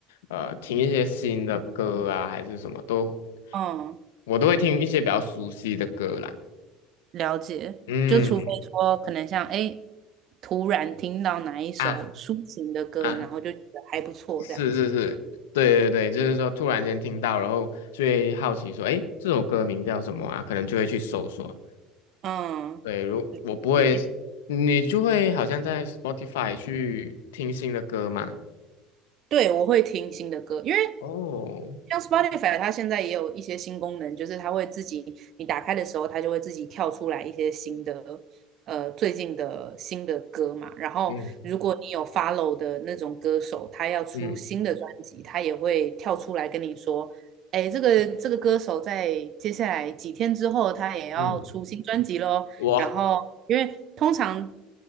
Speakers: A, on the left; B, on the right.
A: 呃听一些新的歌啊，还是什么都，
B: 嗯，
A: 我都会听一些比较熟悉的歌啦。
B: 了解，
A: 嗯
B: 就除非说可能像哎，诶突然听到哪一首抒情的歌，
A: 啊啊，
B: 然后就觉得还不错这样子。
A: 是是是，对对对，就是说突然间听到，然后就会好奇说，诶，这首歌名叫什么啊？可能就会去搜索。
B: 嗯，
A: 对，如我不会，
B: 对。
A: 你就会好像在 Spotify 去听新的歌嘛。
B: 对，我会听新的歌，因为
A: 哦，
B: 像 Spotify 它现在也有一些新功能，就是它会自己，你打开的时候，它就会自己跳出来一些新的，呃，最近的新的歌嘛。然后如果你有
A: 嗯
B: follow 的那种歌手，他要出新的专辑，
A: 嗯
B: 他也会跳出来跟你说，哎，这个这个歌手在接下来几天之后，他也要出新专辑喽。
A: 嗯，我
B: 然后因为通常，